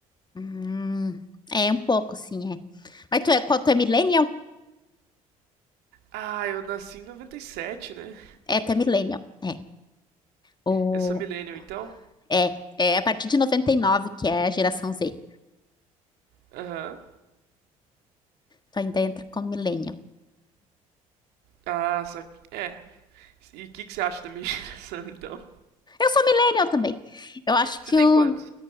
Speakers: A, on the left (about 25°); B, on the right (about 65°).
A: Hum, é, um pouco, sim, é. Mas tu é, qual, tu é millennial?
B: Ah, eu nasci em noventa e sete né?
A: É, tu é millennial, é. O,
B: Eu sou millennial, então?
A: é, é a partir de 99 que é a geração Z.
B: Aham.
A: Tu ainda entra como millennial.
B: Ah, só que... É. E o que, que você acha da minha <laughs> geração, então?
A: Eu sou millennial também. Eu acho
B: Você
A: que
B: tem
A: eu,
B: quantos?